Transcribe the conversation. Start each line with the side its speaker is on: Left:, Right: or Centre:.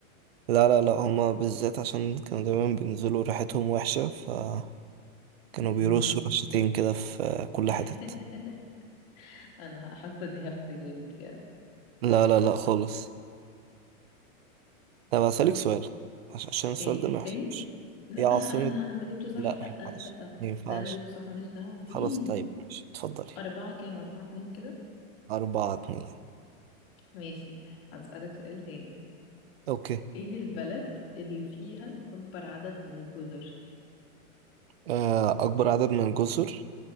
Right: لا لا لا هما بالذات عشان كانوا دايما بينزلوا ريحتهم وحشة فكانوا
Left: مم.
Right: بيرشوا رشتين كده في آه، كل
Left: <laughs>
Right: حتت
Left: انا حاسه دي هبده جامد يعني
Right: لا لا لا خالص طب هسألك سؤال عش- عشان السؤال
Left: ايه
Right: ده ما يحصلش
Left: تاني لا
Right: هي عاصمة
Left: انا انا جبته صح
Right: لا
Left: لا
Right: ما ينفعش
Left: لا
Right: ما ينفعش
Left: لا انا جبته صح ماليش دعوه دي
Right: خلاص طيب ماشي اتفضلي
Left: اربعه كام اربعه اتنين كده
Right: أربعة اتنين
Left: ماشي هسألك سؤال تاني
Right: أوكي
Left: ايه البلد اللي فيها اكبر عدد من الجزر
Right: آه، أكبر عدد من الجزر